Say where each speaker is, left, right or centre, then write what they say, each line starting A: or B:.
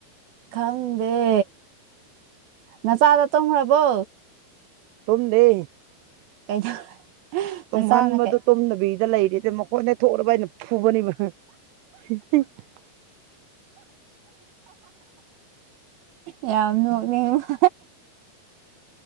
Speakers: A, on the right; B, on the right.
A: ꯈꯪꯗꯦ ꯅꯆꯥꯗ ꯇꯣꯡꯈ꯭ꯔꯕꯣ
B: ꯇꯨꯡꯗꯤ
A: <unintelligible> ꯅꯆꯥꯅ
B: ꯇꯨꯝꯍꯟꯕꯗꯨ
A: ꯀꯩ
B: ꯇꯨꯝꯗꯕꯤꯗ ꯂꯩꯔꯤꯗ ꯃꯈꯣꯏꯗ ꯊꯣꯛꯔꯕ ꯑꯩꯅ ꯐꯨꯕꯅꯤꯕ <unintelligible>
A: ꯌꯥꯝ ꯅꯣꯛꯅꯤꯡꯕ